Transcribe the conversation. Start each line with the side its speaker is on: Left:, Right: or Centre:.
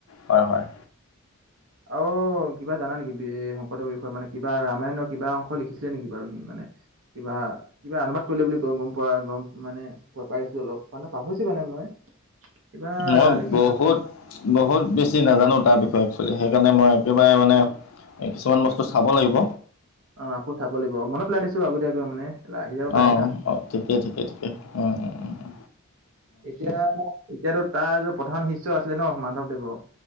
Left: হয়, হয়।
Right: অ, কিবা জানা নেকি শংকৰদেৰ বিষয়ে মানে কিবা ৰামায়ণৰ কিবা অংশ লিখিছিলে নেকি বাৰু সি মানে কিবা, কিবা অনুবাদ কৰিলে বুলি গম পোৱা গ মানে পাইছিলো অলপ মানে পাহৰিছো মানে। মই কিবা
Left: মই
Right: লিখি
Left: বহুত, বহুত। বেছি নাজানো তাৰ বিষয়ে একোৱেল সেইকাৰণে মই একেবাৰে মানে এই কিছুমান বস্তু
Right: উ,
Left: চাব লাগিব
Right: অ, আকৌ চাব লাগিব মনত পেলাই দিছো আগতীয়াকৈ মানে। আহি যাব পাৰে
Left: অ',
Right: ন।
Left: অ', ঠিকেই, ঠিকেই, ঠিকে উ, উ, উ।
Right: এতিয়া এতিয়াতো তাৰ তো প্ৰধান শিষ্য আছিলে ন মাধৱদেৱৰ